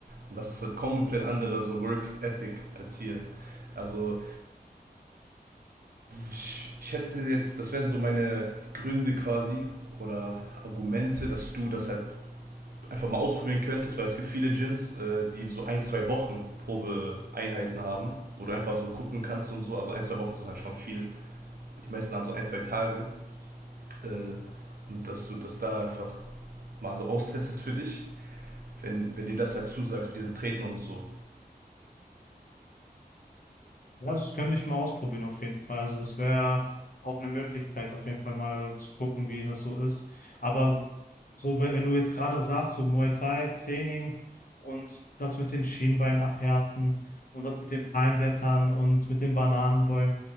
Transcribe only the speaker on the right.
Und das ist halt komplett andere so Work-Ethic als hier. Also ich, ich hätte jetzt, das wären so meine Gründe quasi oder Argumente, dass du das halt einfach mal ausprobieren könntest, weil es gibt viele Gyms, äh, die so ein, zwei Wochen Probeeinheiten haben, wo du einfach so gucken kannst und so. Also ein, zwei Wochen sind halt schon viel. Die meisten haben so ein, zwei Tage. Äh, und dass du das da einfach mal so austestest für dich, wenn, wenn dir das halt zusagst mit diesen Treten und so.